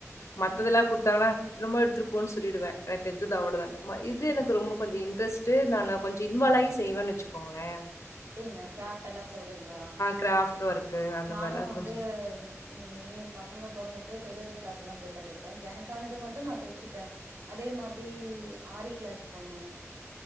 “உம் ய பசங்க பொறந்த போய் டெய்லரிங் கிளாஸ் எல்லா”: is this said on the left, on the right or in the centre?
Right